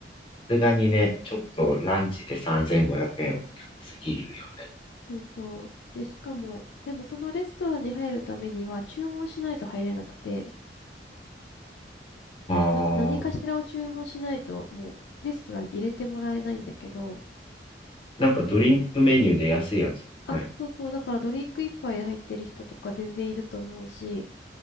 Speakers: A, on the left; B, on the left.
A: れがにね、ちょっとランチで3500円は高すぎるよね。
B: そうそう。で、しかも、でもそのレストランに入るためには注文しないと入れなくて、
A: ああ、
B: な、何かしらを注文しないと、もうレストランに入れてもらえないんだけど、
A: なんかドリンクメニューで安いやつない。
B: あ、そうそう、だからドリンク一杯で入ってる人とか全然いると思うし、